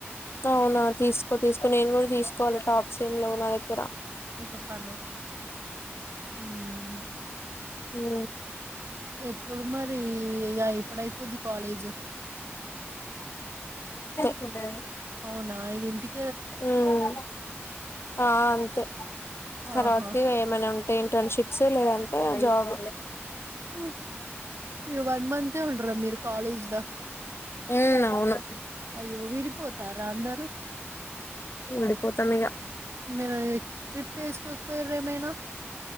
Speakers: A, on the left; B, on the right.
A: అవునా తీసుకో తీసుకో నేను కూడ తీసుకోవాలి టాప్స్ ఏమి లేవు నా దగ్గర
B: ఒక పను హ్మ్ హ్
A: హ్మ్
B: ఎప్పుడు మరి ఇగ ఎప్పుడు అయిపోద్ది కాలేజ్
A: గుడ్ నైట్
B: అవునా అయిదింటికి
A: హ్మ్ ఆ అంతే తర్వాతకి
B: ఆహా
A: ఏమైనా ఉం ఇంటర్న్షిప్స్ లేదంటే జాబ్
B: ఉ ఈ వన్ మంత్ ఉండరా మీరు కాలేజ్ లో
A: ఉ అవును
B: అయ్యో విడిపోతారా అందరు
A: ఓడిపోతాము ఇంకా
B: మీరు ట్రిప్ వేసుకోకపోయారు ఏమైనా